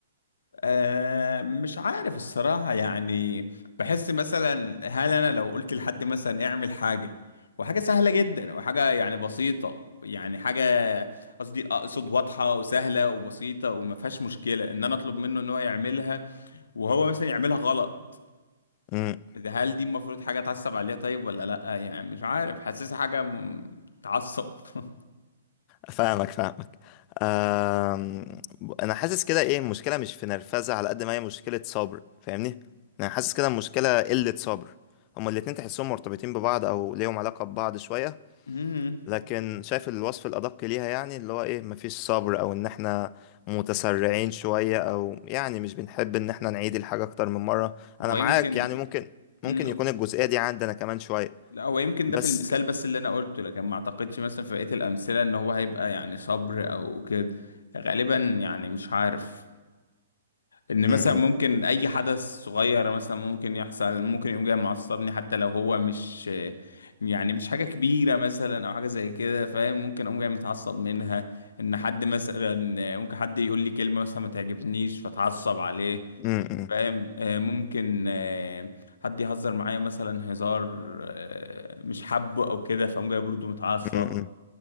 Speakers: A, on the left (about 65°); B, on the left (about 30°).
A: آه مش عارف الصراحة يعني بحس مثلا هل أنا لو قلت لحد مثلا اعمل حاجة وحاجة سهلة جدا وحاجة يعني بسيطة يعني حاجة قصدي أقصد واضحة وسهلة وبسيطة وما فيهاش مشكلة إن أنا أطلب منه إن هو يعملها وهو مثلا يعملها غلط
B: امم
A: ده هل دي المفروض حاجة أتعصب عليها طيب ولا لأ يعني مش عارف حاسسها حاجة م- تعصب <laughs>
B: فاهمك فاهمك أم... انا حاسس كده ايه المشكله مش في نرفزه على قد ما هي مشكله صبر فاهمني انا حاسس كده المشكله قله صبر هما الاتنين تحسهم مرتبطين ببعض او ليهم علاقه ببعض شويه
A: مم.
B: لكن شايف الوصف الادق ليها يعني اللي هو ايه مفيش صبر او ان احنا متسرعين شويه او يعني مش بنحب ان احنا نعيد الحاجه اكتر من مره انا
A: هو
B: معاك
A: يمكن
B: يعني ممكن ممكن
A: مم.
B: يكون الجزئيه دي عندنا كمان شويه
A: لا هو يمكن
B: بس
A: ده في المثال بس اللي انا قلته لكن ما اعتقدش مثلا في بقية الامثلة ان هو هيبقى يعني صبر او كده غالبا يعني مش عارف ان
B: م
A: مثلا
B: -م.
A: ممكن اي حدث صغير مثلا ممكن يحصل ممكن يقوم جاي معصبني حتى لو هو مش يعني مش حاجة كبيرة مثلا او حاجة زي كده فاهم ممكن اقوم جاي متعصب منها ان حد مثلا ممكن حد يقول لي كلمة مثلا ما تعجبنيش فاتعصب عليه
B: م -م.
A: فاهم آه، ممكن آه، حد يهزر معايا مثلا هزار آه، مش حابه او كده فاقوم جاي برضه متعصب
B: م -م.